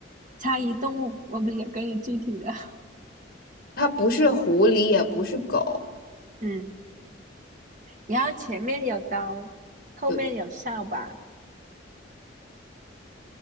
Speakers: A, on the right (about 40°); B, on the left (about 50°).
A: 猜一动物，我比较给你具体的。<laughs>
B: 它不是狐狸，也不是狗，
A: 嗯。然后前面有刀，后面有扫把。
B: 就